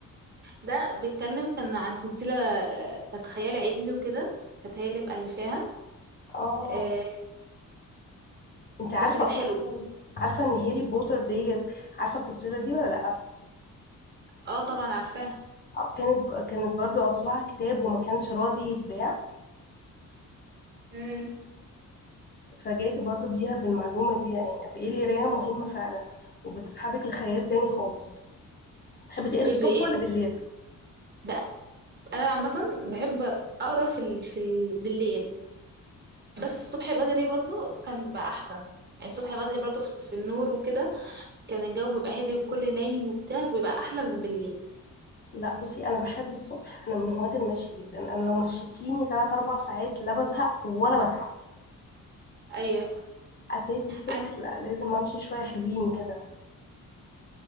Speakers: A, on the right (about 30°); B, on the left (about 30°).
A: ده بيتكلم كان عن سلسلة آه، كانت خيال علمي وكده كانت هي اللي مؤلفاها
B: اه
A: آه،
B: انت عارفه
A: بس كانت حلوة
B: اصلا عارفه ان هاري بوتر ديت عارفه السلسله دي ولا لا
A: اه طبعا عارفاها
B: آه، كانت كانت برضو اصلها كتاب وما كانش راضي يتباع
A: امم
B: اتفاجأت برضو بيها بالمعلومه دي يعني قد ايه القرايه مهمه فعلا وبتسحبك لخيال تاني خالص تحبي تقري
A: ايه
B: الصبح
A: بايه
B: ولا بالليل
A: بقى انا عامة بحب اقرا في ال... في ال... بالليل بس الصبح بدري برضو كان بيبقى احسن يعني الصبح بدري برضو في في النور وكده كان الجو بيبقى هادي والكل نايم وبتاع بيبقى احلى من بالليل
B: لا بصي انا بحب الصبح انا من هواة المشي جدا انا لو مشيتيني 3 4 ساعات لا بزهق ولا بتعب
A: ايوه
B: اساسي الصبح
A: انا
B: لا لازم امشي شويه حلوين كده